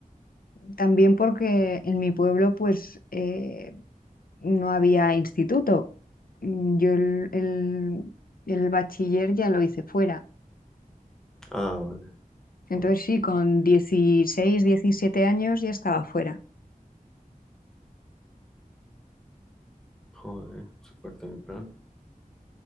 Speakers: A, on the left; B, in the centre.
A: también porque en mi pueblo pues eh, no había instituto. Mm, Yo el, el, el bachiller ya lo hice fuera.
B: Ah, vale.
A: Entonces
B: Bueno,
A: sí, con 16 17 años ya estaba fuera.
B: joder, súper temprano.